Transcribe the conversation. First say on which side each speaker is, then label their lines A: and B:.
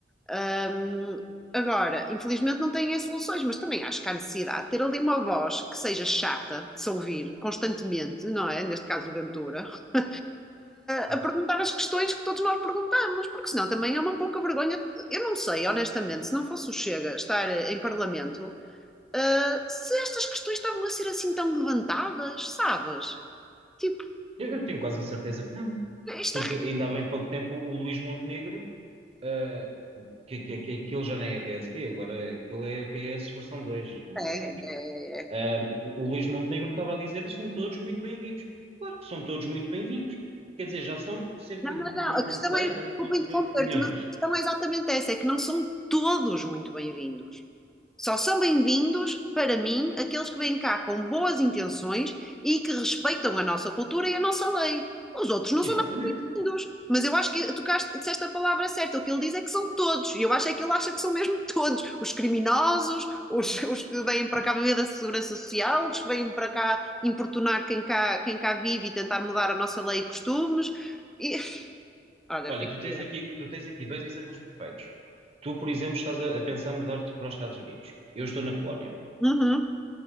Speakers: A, in the centre; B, on the right (about 35°).
A: Um, agora, infelizmente não têm as soluções, mas também acho que há necessidade de ter ali uma voz que seja chata de se ouvir constantemente, não é? Neste caso, o Ventura, <laughs> uh,
B: Uhum.
A: a perguntar as questões que todos nós perguntamos, porque senão também é uma pouca vergonha. Eu não sei, honestamente, se não fosse o Chega estar em parlamento ah, se estas questões estavam a ser assim tão levantadas, sabes? Tipo,
B: Eu, eu tenho quase a certeza que não,
A: isto
B: porque ainda há bem pouco tempo o Luís Montenegro, eh, que, que, que aquilo já nem é PSD, agora é- aquilo é PS versão dois, mais
A: é,
B: ou menos.
A: é, é, é
B: Eh, o, o Luís Montenegro estava a dizer: são todos muito bem-vindos. Claro que são todos muito bem-vindos. Quer dizer, já são cerca
A: Não, não,
B: de
A: não.
B: 1,6
A: A questão é, desculpa
B: ou 1,9
A: interromper-te,
B: milhões.
A: mas a questão é exatamente essa, é que não são todos muito bem-vindos. Só são bem-vindos, para mim, aqueles que vêm cá com boas intenções e que respeitam a nossa cultura e a nossa lei. Os outros não
B: Exatamente.
A: são nada bem-vindos. Mas eu acho que tu disseste a palavra certa. O que ele diz é que são todos. E eu acho é que ele acha que são mesmo todos. Os criminosos, os, os que vêm para cá viver da segurança social, os que vêm para cá importunar quem cá, quem cá vive e tentar mudar a nossa lei e costumes. E Olha,
B: Olha,
A: fico.
B: tu tens aqui, tu tens aqui dois exemplos perfeitos. Tu, por exemplo, estás a, a pensar mudar-te para os Estados Unidos. Eu estou na Polónia.
A: Uhum,